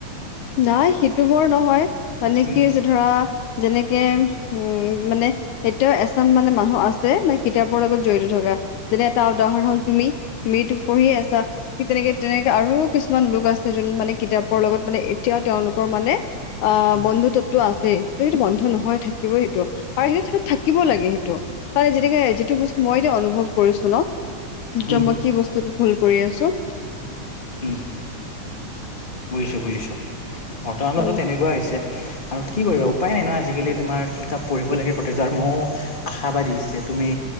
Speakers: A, on the left; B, on the left.
A: নাই সেইটো বৰ নহয় মানে
B: উম
A: কি যে ধৰা যেনেকে। উম মানে এতিয়াও এচাম মানে মানুহ আছে, মানে কিতাপৰ লগত জড়িত থকা। যেনে এটা উদাহৰণ হ'ল তুমি তুমিটো পঢ়ি আছা, ঠিক তেনেকে তেনেকে আৰু- কিছুমান লোক আছে যোন মানে কিতাপৰ লগত মানে এতিয়াও তেওঁলোকৰ মানে আহ'
B: উম
A: বন্ধু টো আছে ত' সেইটো বন্ধ নহয় থাকিবই সেইটো আৰু সেইটো থাকিবও লাগে সেইটো। যেনেকে যিটো বস্তু মই এতিয়া অনুভৱ কৰিছো ন'
B: উম
A: মই কি বস্তু- ভুল কৰি আছোঁ।
B: উমঁ। বুজিছোঁ বুজিছোঁ, বৰ্তমানততো
A: উম
B: তেনেকুৱা হৈছে। আৰু কি কৰিবা উপায় নাই ন' আজিকালি তোমাৰ কিতাপ পঢ়িব লাগে প্ৰতিজন মইয়ো- আশাবাদী যে তুমি